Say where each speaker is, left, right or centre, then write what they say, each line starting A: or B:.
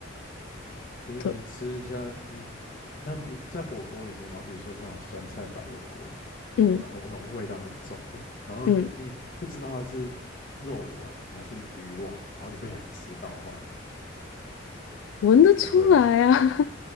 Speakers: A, on the left; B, on the left.
A: 就是你吃一下你那比在火锅里面，
B: 对，
A: 然后比如说是那种酸菜白肉锅，
B: 嗯
A: 然后那种味道很重的，然后你不知道它是肉丸还是鱼丸，
B: 嗯，
A: 然后你不小心吃到的话，
B: 闻得出来啊。
A: 你会。